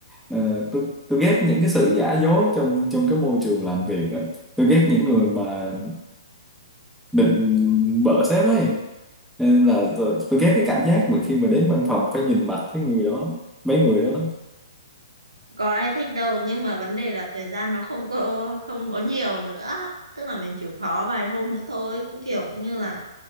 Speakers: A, in the centre; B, on the right.
A: ờ, tôi tôi ghét những cái sự giả dối trong trong cái môi trường làm việc á tôi ghét những người mà định bợ sếp ấy Cho nên là tôi, tôi ghét cái cảm giác mà khi mà đến văn phòng phải nhìn mặt cái người đó mấy người đó đó
B: có ai thích đâu nhưng mà vấn đề là thời gian nó không có không có nhiều nữa tức là mình chịu khó vài hôm nữa thôi cũng kiểu như là